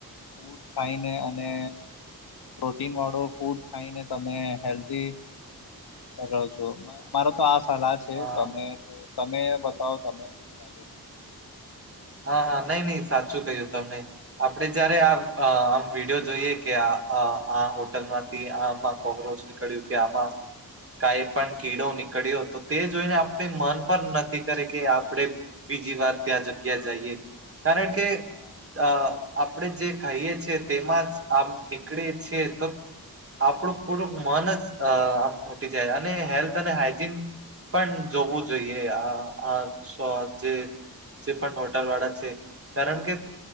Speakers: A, on the left; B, on the right.
A: ફૂડ ખાઈને અને પ્રોટીન વાળો ફૂડ ખાઈને તમે હેલ્ધી રહજો. અમારો તો આ સલાહ છે
B: હા
A: તમે તો તમે બતાવો તને શું લાગે છે.
B: હા હા નહી નહી સાચુકહ્યુંતમ નહી આપડે જયારે આ આમ વિડીયો જોઈએ, કે આ આ હોટલ માંથી આ કોક્રોચ નીકળ્યું કે આમા કાંઈ પણ કીડો નીકળ્યો તો તે જોઈને, આપણે મન પણ નથી કરે કે આપડે બીજી વાર ત્યાં જગ્યા જઈએ કારણ કે
A: હા
B: અ આપ આપણેે જે કાઈએ છીએ તેમાં જ આ નીકળીએ છીએ તો આપણું પૂરું મન જ આમ ઉટી જાય અને હેલ્થ અને હાઈજીન પણ જોવું જોઈએ આ જે જે પણ હોટલ વાળા છે. કારણ કે